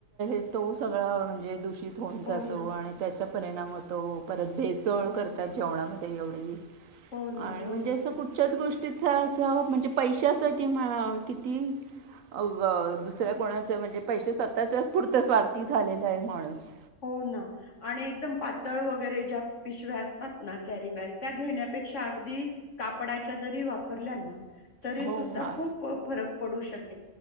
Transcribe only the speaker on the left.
हो
ना,
हो
ना,
हो
ना, हो
ना,
हो ना आणि एकदम पातळ वगैरे ज्या पिशव्या असतात ना कॅरी बॅग त्या घेण्यापेक्षा अगदी कापडाच्या जरी वापरल्या ना तरी
सुद्धा
खूप फरक पडू शक